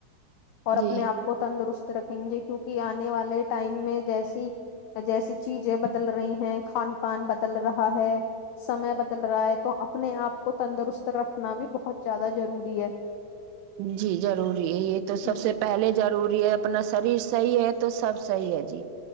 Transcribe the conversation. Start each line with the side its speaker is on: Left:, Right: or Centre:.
Left: اور اپنے
Right: جی
Left: آپ کو تندرست رکھیں گے کیوںکہ آنے والے ٹائم میں جیسی جیسی چیزیں بدل رہی ہیں کھان پان بدل رہا ہے سمے بدل رہا ہے تو اپنے آپ کو تندرست رکھنا بھی بہت زیادہ ضروری ہے
Right: جی ضروری ہے یہ تو سب
Left: ہ
Right: سے پہلے ضروری ہے اپنا شریر صحیح ہے تو سب صحی ہے جی